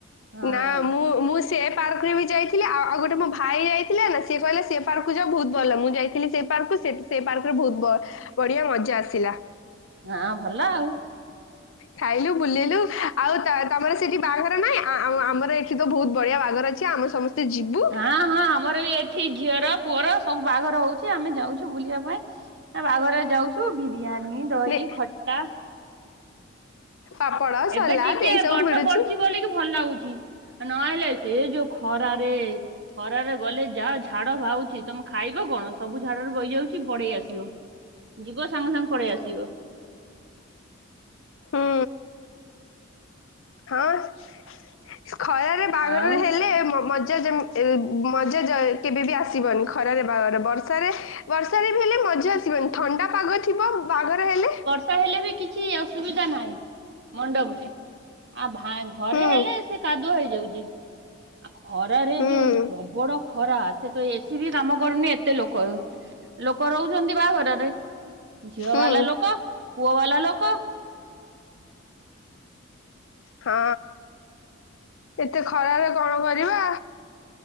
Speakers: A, on the right; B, on the left.
A: ହଁ
B: ନା ମୁଁ ମୁଁ ସେ ପାର୍କରେ ବି ଯାଇଥିଲେ ଆଉ ଆଉ ଗୋଟେ ପାର୍କରେ ବି ଯାଇଥିଲି ଆ ଆଉ ଗୋଟେ ମୋ ଭାଇ ଯାଇଥିଲେ ନା ସିଏ କହିଲେ ସେ ପାର୍କକୁ ଯାଅ ବହୁତ ଭଲ ମୁଁ ଯାଇଥିଲି ସେ ପାର୍କକୁ। ସେ ସେ ପାର୍କରେ ବହୁତ ବ ବଢିଆ ମଜା ଆସିଲା।
A: ହଁ ଭଲ ଆଉ।
B: ଖାଇଲୁ ବୁଲିଲୁ ଆଉ ତ ତମର ସେଠି ବାହାଘର ନାଇଁ ଆଁ ଆଁ ଆମର ଏଠି ତ ବହୁତ ବଢିଆ ବାଘର ଅଛି। ଆମ ସମସ୍ତେ ଯିବୁ
A: ହଁ ହଁ ଆମର ବି ଏଠି ଝିଅର ପୁଅର ସବୁ ବାହାଘର ହଉଛି ଆମେ ଯାଉଛୁ ବୁଲିବା ପାଇଁ। ଏ ବାହାଘରେ ଯାଉଛୁ ବିରିୟାନୀ, ଦହି,
B: ନେ
A: ଖଟା
B: ପାପଡ଼
A: ଏବେ
B: ସଲାଦ
A: ଟିକେ
B: ଏଇ ସବୁ
A: ବର୍ଷା
B: ମିଳୁଛି
A: ପଡୁଛି ବୋଲିକି ଭଲ ଲାଗୁଛି। ଆଉ ନହଲେ ସେଇ ଯୋଉ ଖରାରେ ଖରାରେ ଗଲେ ଯାହା ଝାଡ ବାହାଉଚି ତମେ ଖାଇବ କଣ ସବୁ ଝାଡରେ ବହିଯାଉଚି ପଡେଇ ଆସିବ। ଯିବ ସାଙ୍ଗେ ସାଙ୍ଗେ ପଡେଇ ଆସିବ।
B: ହୁଁ। ହଁ ଖରାରେ ବାହାଘରରେ
A: ଆଉ
B: ହେଲେ ମ--ମଜା ଯେମି ଏ ମଜା ଯା କେବେବି ଆସିବନି ଖରାରେ ବାହାଘର ବର୍ଷାରେ ବର୍ଷାରେ ବି ହେଲେ ମଜା ଆସି ବନି ଥଣ୍ଡା ପାଗ ଥିବ ବାହାଘର ହେଲେ
A: ରେ ହେଲେ ବି କିଛି ଅସୁବିଧା ନାହିଁ ମଣ୍ଡପରେ ଆଉ ଭା ଘରେ
B: ହୁଁ
A: ହେଲେ ସେ କାଦୁଅ ହେଇଯାଉଚି ଖରାରେ
B: ହୁଁ
A: ଯୋଉ ପ୍ରବଡ ଖରା ସେ ତ ଏସି ବି କାମ କରୁନି ଏତେ ଲୋକ ଲୋକ ରହୁଚନ୍ତି ବାହାଘରରେ। ଝିଅ
B: ହୁଁ
A: ବାଲା ଲୋକ ପୁଅ ବାଲା ଲୋକ
B: ହଁ ଏତେ ଖରାରେ କଣ କରିବା।